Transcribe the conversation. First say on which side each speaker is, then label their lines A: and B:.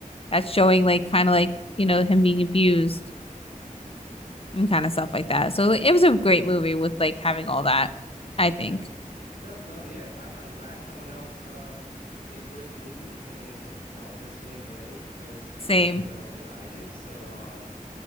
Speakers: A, on the left; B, on the left.
A: that's showing like kind of like you know him being abused and kind of stuff like that. So like, it was a great movie with like having all that. I think
B: Yeah. No, no, yeah. I'm I'm glad someone else uh enjoyed the movie and, and felt the same way as
A: same.
B: like, you know, as I did. So um